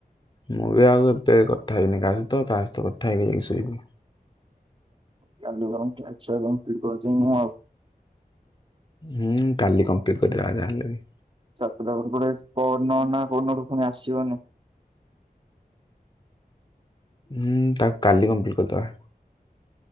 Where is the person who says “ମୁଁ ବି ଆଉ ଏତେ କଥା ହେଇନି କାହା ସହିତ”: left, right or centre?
Left